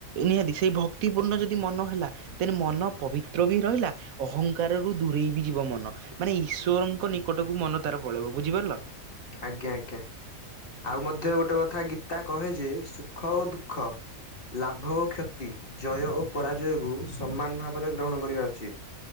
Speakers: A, on the right (about 80°); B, on the left (about 40°).
A: ନିହାତି ସେଇ ଭକ୍ତିପୂର୍ଣ୍ଣ ଯଦି ମନ ହେଲା। ତେଣୁ ମନ ପବିତ୍ର ବି ରହିଲା, ଅହଂଙ୍କାରରୁ ଦୂରେଇ ବି ଯିବ ମନ। ମାନେ ଈଶ୍ଵରଙ୍କ ନିକଟକୁ ମନ ତାର ପଳେଇବ। ବୁଝିପାରିଲ!
B: ଆଜ୍ଞା, ଆଜ୍ଞା, ଆଉ ମଧ୍ୟ ଗୋଟେ କଥା ଗୀତା କହେ ଯେ, ସୁଖ ଓ ଦୁଃ ଖ ଲାଭ ଓ କ୍ଷତି ଜୟ ଓ ପରାଜୟକୁୁ ସମାନ ଭାବରେ ଗ୍ରହଣ କରିବା ଉଚିତ୍।